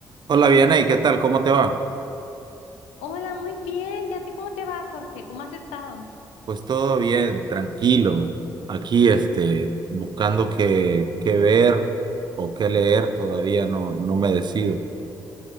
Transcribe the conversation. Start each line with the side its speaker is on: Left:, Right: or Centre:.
Right: Hola, Vianey, ¿qué tal? ¿Cómo te va?
Left: Hola, muy bien. ¿Y a ti cómo te va, Jorge? ¿Cómo has estado?
Right: Pues todo bien, tranquilo. Aquí, este, buscando qué, qué ver o qué leer, todavía no, no me decido.